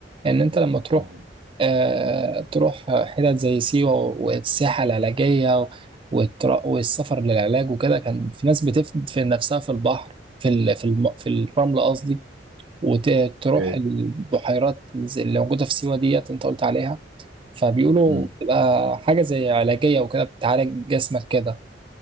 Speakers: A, on the right (about 30°); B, on the right (about 80°).
A: ان انت لما تروح
B: مم.
A: آه تروح حتت زي سيوة والسياحة العلاجية والتر- والسفر للعلاج وكده كان في ناس بتدفن نفسها في البحر في ال- في الم... في الرمل قصدي وتروح
B: اوكي
A: البحيرات اللي موجودة في سيوة ديت انت قلت عليها فبيقولوا
B: مم.
A: بتبقى حاجة زي علاجية وكده بتعالج جسمك كده